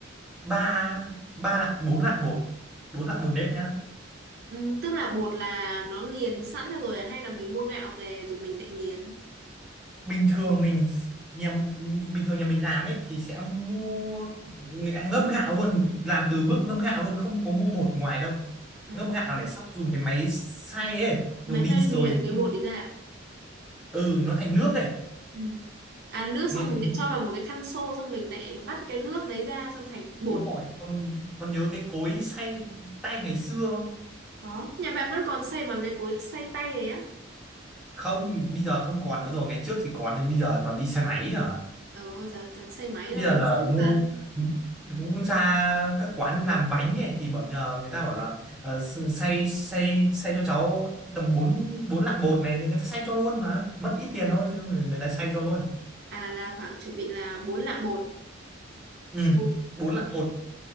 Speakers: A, in the centre; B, on the right (about 55°).
A: 3 ba lạng bốn lạng bột 4 lạng bột nếp nhá
B: ừ Tức là bột là nó nghiền sẵn ra rồi à? Hay là mình mua gạo về rồi mình lại nghiền
A: bình thường mình nhà bình thường nhà mình làm ấy thì sẽ mua ngâm gạo luôn làm từ bước ngâm gạo luôn không có mua bột ngoài đâu
B: À.
A: ngâm gạo này xong dùng cái máy xay ấy dùng
B: Máy
A: đi
B: phay
A: rồi
B: nghiền cái bột đấy ra à?
A: ừ nó thành nước ấy
B: Ừ. À nước
A: nghiền
B: xong
A: thành
B: mình lại
A: nước
B: cho vào một cái khăn xô Xong mình lại vắt cái nước đấy ra Xong thành bột
A: đúng rồi con con nhớ cái cối xay tay ngày xưa không
B: Có Nhà bạn vẫn còn xay bằng cái cối xay tay đấy á
A: không bây giờ không còn nữa rồi ngày trước thì còn thì bây giờ toàn đi xe máy à
B: Ờ giờ toàn xay máy
A: bây
B: thôi
A: giờ
B: mình
A: là
B: cũng biết
A: mua
B: mà
A: cũng ra các quán làm bánh ấy thì bảo nhờ người ta bảo là ờ, x- xay xay xay cho cháu tầm bốn bốn lạng bột này người ta xay cho luôn mà mất ít tiền thôi chứ người ta xay cho luôn
B: À là khoảng chuẩn bị là bốn lạng bột
A: ừ
B: Bột
A: bốn lạng bột